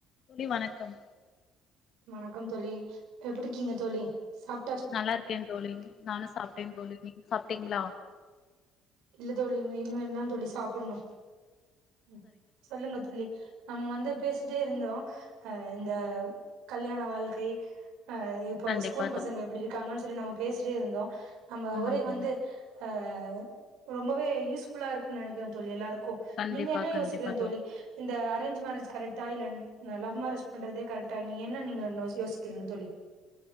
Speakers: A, on the left; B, on the right.
A: தோழி வணக்கம்
B: வணக்கம் தோழி எப்புடிருக்கீங்க தோழி சாப்
A: நல்லா இருக்கே தோழி நானூ சாப்பிட்டே தோழி நீங் சாப்டீங்களா
B: இல்ல தோழி இனிமேல்லா தோழி சாப்பிட்ணூ ம் சொல்லுங்க தோழி நாம வந்து பேசிட்டே இருந்தோ அ இந்த கல்யாண வாழ்க்கை ஆ இப் இப்போ
A: கண்டிப்பா
B: ஸ்கூல் பசங்க
A: தோழி
B: எப்படி இருக்காங்கன்னு சொல்லி நம்ம பேசிட்டே இருந்தோ நம்ம
A: ஆமா
B: உரய
A: தோழி
B: வந்து ஆ ரொம்பவே யூஸ் ஃபுல்லா இருக்கூ நினைக்கிறே தோழி எல்லாருக்கூ
A: கண்டிப்பா
B: நீங்க என்ன
A: கண்டிப்பா
B: யோசிக்கிறங் தோழி இந்த அரேஞ் மேரேஜ் கரெக்டா இல்ல லவ் மேரேஜ் பண்றதே கரெக்டா நீங் என்ன நீங்க யோஸ் யோஸ்கீறிங்க தோலி